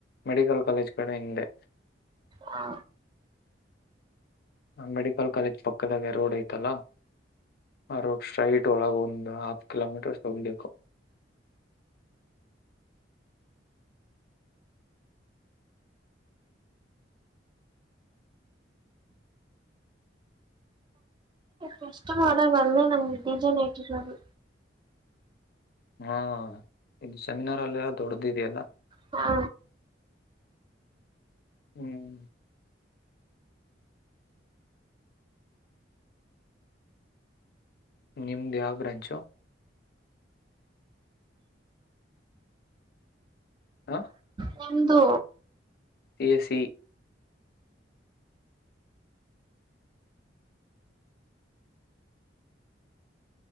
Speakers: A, on the left; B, on the right.
A: ಮೆಡಿಕಲ್ ಕಾಲೇಜ್ ಕಡೆ ಹಿಂದೆ.
B: ಹಾ
A: ಆ ಮೆಡಿಕಲ್ ಕಾಲೇಜ್ ಪಕ್ಕದಾಗ ರೋಡ್ ಐತಲ್ಲ, ಆ ರೋಡ್ ಸ್ಟ್ರೈಟ್ ಒಳಗೆ ಒಂದು ಹಾಫ್ ಕಿಲೋಮೀಟರ್ ಅಷ್ಟ ಹೋಗ್ಬೇಕು.
B: ಕಷ್ಟ ಮಾಡ ಅಲ್ಲೇ ನಮಗೆ ಡಿಜನ್ ಇಟ್ಟಿರೋದು.
A: ಹಾ ಇದು ಸೆಮಿನಾರ್ ಅಲ್ಲ ದೊಡ್ಡ್ದಿದೆಯಲ್ಲಾ.
B: ಹಾ
A: ಹ್ಮ್ ನಿಮ್ದ ಯಾವ ಬ್ರಂಚೋ? ಹಾ
B: ನಿಮ್ಮದು?
A: ಎಸ್ ಸಿ